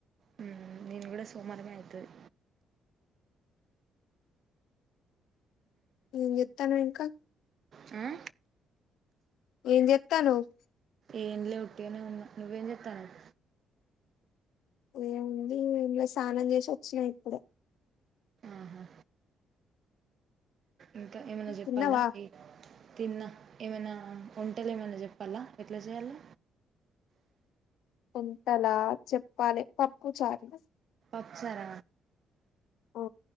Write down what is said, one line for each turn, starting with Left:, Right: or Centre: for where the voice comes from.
Right: ఉమ్ నిన్ కూడా సోమారమే అయితది
Left: ఏంచేతానవ్ ఇంకా
Right: ఆ
Left: ఏం చేతానవ్
Right: ఎమ్లే ఉట్టిగనే ఉన్న నువ్వేం చెత్తనవ్
Left: ఏముంది ఎమ్లే స్నానం చేసి వచ్చిన ఇప్పుడే
Right: ఆహా ఇంకా ఏమైనా చెప్పాలా
Left: తిన్నావా
Right: తిన్నా ఏమైనా వంటలు ఏమనా చెప్పాలా ఎట్లా చేయాలి
Left: వంటల చెప్పాలి పప్పుచారు
Right: పాపచర్
Left: ఉ